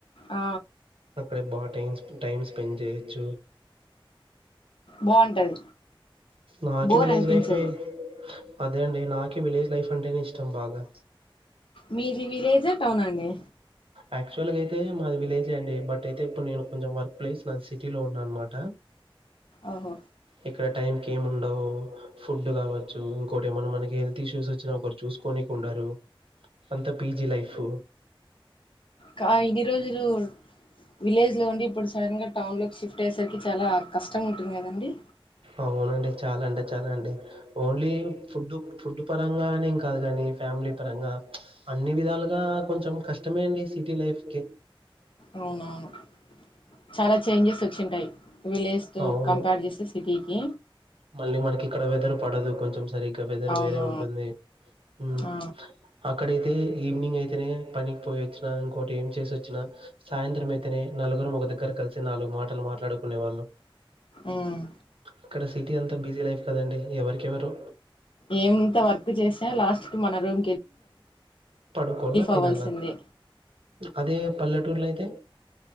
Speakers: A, on the left; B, on the right.
A: ఆ
B: అక్కడే బాగ టైం టైం స్పెండ్ జేయొచ్చు
A: బాగుంటది
B: నాకి
A: బోర్
B: విలేజ్
A: అనిపించదు
B: లైఫే అదే అండి నాకి విలేజ్ లైఫ్ అంటే ఇష్టం బాగా
A: మీది విలేజ్ ఆ టౌన్ అండి
B: యాక్చువల్గా అయితే మాది విలేజే అండి బట్ అయితే ఇప్పుడు నేను కొంచెం వర్క్ ప్లేస్ నా సిటీలో ఉన్నా అన్నమాట
A: ఓహో
B: ఇక్కడ టైంకి ఏమి ఉండవు ఫుడ్ గావచ్చు ఇంకోటి ఏమైనా మనకి హెల్త్ ఇష్యూస్ వచ్చినా ఒకరు చూసుకొని ఉండరు అంత పీజీ లైఫ్
A: కా ఇన్ని రోజులు విలేజ్ లో ఉండి ఇప్పుడు సడన్ గా టౌన్ లో షిఫ్ట్ అయేసరికి చాలా కష్టం ఉంటుంది కదండి
B: అవునండి చాలా అంటే చాలా అండి ఓన్లీ ఫుడ్ ఫుడ్ పరంగానే కాదు గానీ ఫ్యామిలీ పరంగా అన్ని విధాలుగా కొంచెం కష్టమే అండి సిటీ లైఫ్ కి
A: అవునవును చాలా చేంజెస్ వచ్చింటాయి విలేజ్ తో
B: అవును.
A: కంపేర్ చేస్తే సిటీకి
B: మళ్ళీ మనకి ఇక్కడ వెదర్ పడదు కొంచెం సరిగ్గా వెదర్
A: అవును
B: వేరే ఉంటుంది ఉమ్
A: ఆ
B: అక్కడైతే ఈవినింగ్ అయితేనే పనికి పోయివచ్చినా ఇంకోటి ఏం చేసి వచ్చినా సాయంత్రం అయితేనే నలుగురం ఒక దగ్గర కలిసి నాలుగు మాటలు మాట్లాడుకునే వాళ్ళు
A: ఉమ్
B: ఇక్కడ సిటీ అంతా బిజీ లైఫ్ కదండి ఎవరికెవరు
A: ఏం ఇంత వర్క్ చేసా లాస్ట్ కి మన రోజ
B: పడుకోలా తినలా
A: అవ్వాల్సిందే
B: అదే పల్లెటూర్లో ఐతే తే